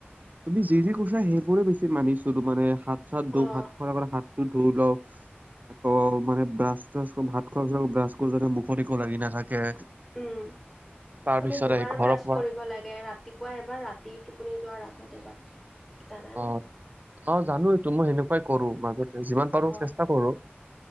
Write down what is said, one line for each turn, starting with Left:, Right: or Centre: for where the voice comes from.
Right: তুমি যি যি কৈছা সেইবোৰে বেছি মানিছিলো মানে হাত চাত ধু
Centre: অঁ
Right: হাত খোৱাৰ আগত হা ধুই লও আকৌ মানে ব্ৰাছ চাচ ভাত খোৱাৰ পিছত ব্ৰাছ কৰো যাতে মুখ একো লাগি নাথাকে।
Centre: উম
Right: তাৰ
Centre: আমি
Right: পিছত
Centre: দুবাৰ
Right: আহি ঘৰৰ
Centre: ব্ৰাছ
Right: পৰা
Centre: কৰিব লাগে ৰাতি পুৱা এবাৰ ৰাতি টোপুনি যোৱাৰ আগত এবাৰ। জানানে
Right: অ অ জানো এইটো মই সেনেকুৱাই কৰো মাজতে যিমান
Centre: অহ
Right: পাৰো চেষ্টা কৰো।